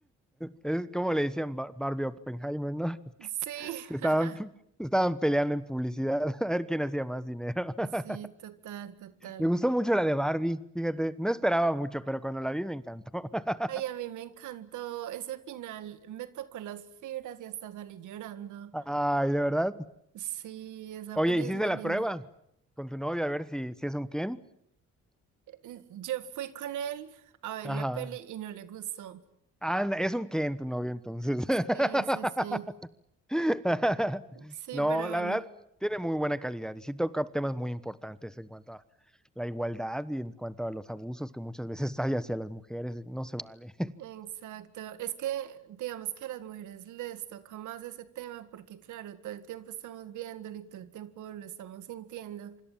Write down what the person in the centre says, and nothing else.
Es como le decían Bar- Barbie Oppenheimer, ¿no?
Que estaban,
estaban peleando en publicidad <laughs> a ver quién hacía más dinero. <laughs>
Me gustó mucho la de Barbie, fíjate. No esperaba mucho, pero cuando la vi me encantó. <laughs>
Ay, de verdad.
Oye,
¿hiciste
la
prueba con tu novio a ver si, si es un Ken?
Ajá.
Ah, Anda, es un Ken tu novio entonces. <laughs>
<laughs>
No,
la
verdad, tiene muy buena calidad y sí toca temas muy importantes en cuanto a la igualdad y en cuanto a los abusos que muchas veces <laughs> hay hacia las mujeres, no se vale. <laughs>